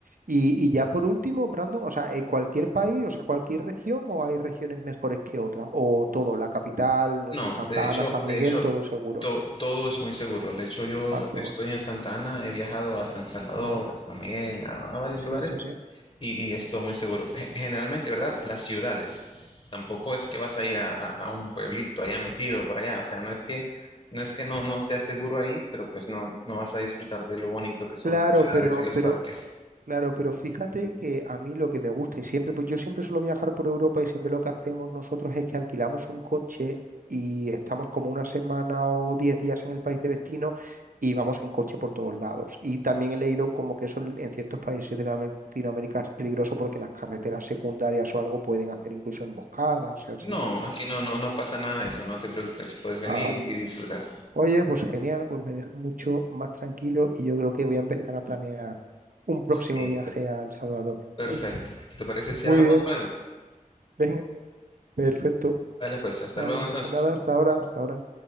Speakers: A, on the right; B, on the left.
A: Y, y ya por último, Brandon, o sea, eh, cualquier país, o sea, cualquier región, o hay regiones mejores que otras, o todo, la capital, no
B: No,
A: sé, Santa
B: de hecho,
A: Ana, San
B: de
A: Miguel,
B: Sí. hecho,
A: todo seguro.
B: to- todo es muy seguro. De hecho, yo
A: Ah, qué
B: estoy
A: bueno.
B: en Santa Ana, he viajado a San Salvador,
A: Ajá.
B: a San Miguel, a, a varios lugares
A: Sí, sí, sí.
B: y, y esto muy seguro. Generalmente, ¿verdad? Las ciudades. Tampoco es que vas a ir a, a- a un pueblito allá metido por allá. O sea, no es que no es que no, no sea seguro ahí, pero pues no, no vas a disfrutar de lo bonito que son
A: Claro,
B: las ciudades
A: pero,
B: y los
A: pero
B: parques.
A: Claro, pero fíjate que a mí lo que me gusta y siempre, pues yo siempre suelo viajar por Europa y siempre lo que hacemos nosotros es que alquilamos un coche y estamos como una semana o diez días en el país de destino y vamos en coche por todos lados. Y también he leído como que eso en, en ciertos países de Latinoamérica es peligroso porque las carreteras secundarias o algo pueden hacer incluso emboscadas y así.
B: No, aquí no, no, no pasa nada de eso, no te preocupes, puedes venir
A: Ah, vale.
B: y disfrutar.
A: Oye, pues genial, pues me deja mucho más tranquilo y yo creo que voy a empezar a planear un próximo
B: Sí,
A: viaje a El Salvador.
B: perfecto.
A: <laughs>
B: ¿Te parece si
A: Muy
B: hablamos
A: bien.
B: luego?
A: Venga. Perfecto,
B: Dale pues, hasta
A: Brandon.
B: luego entonces.
A: Pues nada, hasta ahora, hasta ahora.